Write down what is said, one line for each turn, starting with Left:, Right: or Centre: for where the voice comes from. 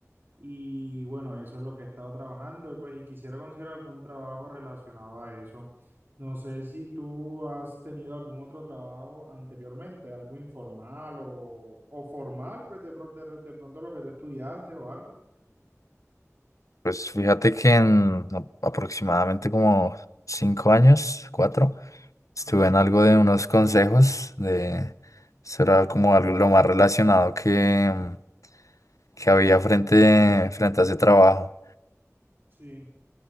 Right: Y bueno, eso es lo que he estado trabajando y pues y quisiera conseguir algún trabajo relacionado a eso. No sé si tú has tenido algún otro trabajo anteriormente, algo informal o, o formal, pues de, pro- de, de pronto lo que tú estudiaste o algo.
Left: Pues fíjate que en a- aproximadamente como cinco años, cuatro, estuve en algo de unos consejos de, eso era como algo lo más relacionado que, mm, que había frente, frente a ese trabajo.
Right: Sí.